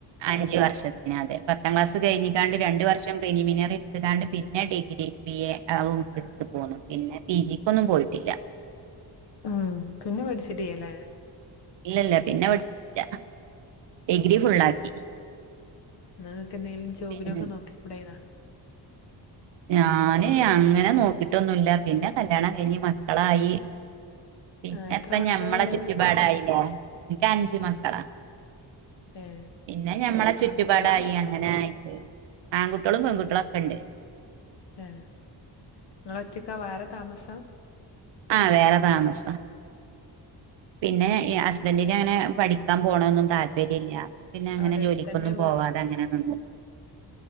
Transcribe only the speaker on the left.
ആ
ആ
ഉം പിന്നെ പഠിച്ചിട്ടീയലേ
ഇന്ന ഇങ്ങക്ക് എന്തേലും ജോബിനൊക്കെ
നോക്കിക്കൂടായിനാ
ആഹ് എത്ര
മക്കളുണ്ട്?
ആഹ് ഏഹ്
ആൺകുട്ടികളാ?
എ <unintelligible>
ആഹ്
അവിടെ
അടുത്തന്നെ വീ